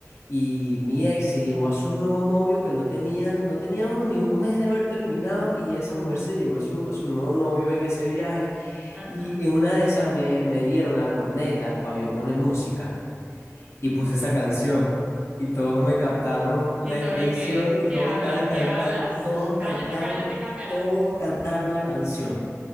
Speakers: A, on the left; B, on the right.
A: y mi ex se llevó a su nuevo novio que no tenían, no teníamos ni un mes de haber terminado, y esa mujer se llevó a su, a su nuevo novio en ese viaje,
B: Ajá.
A: y en una de esas me, me dieron la corneta para yo poner música. y puse esa canción y todos me captaron la
B: Y tú,
A: intención
B: ¿y qué?
A: y todos
B: ¿Qué hablas?
A: estaban cantando,
B: ¿Qué hablas?
A: todos cantaron,
B: Cállate, cállate, cámbiala.
A: todos cantaron la canción.